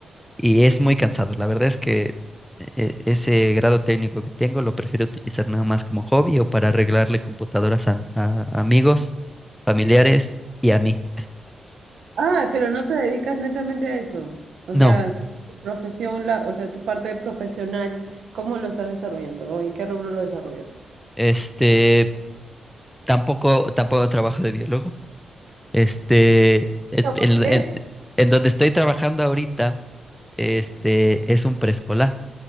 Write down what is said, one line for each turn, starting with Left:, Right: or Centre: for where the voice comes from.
Centre: y es muy cansado. La verdad es que e- ese grado técnico que tengo lo prefiero utilizar nada más como hobby o para arreglarle computadoras a, a amigos, familiares y a mí.
Right: Ah, pero no te dedicas netamente a eso. O
Centre: No,
Right: sea, tu profesión, la, o sea, tu parte profesional, ¿cómo lo estás desarrollando o en qué rubro lo desarrollas?
Centre: este, tampoco, tampoco trabajo de biólogo. Este, et-
Right: No,
Centre: en,
Right: ¿por qué?
Centre: en en donde estoy trabajando ahorita, este, es un preescolar.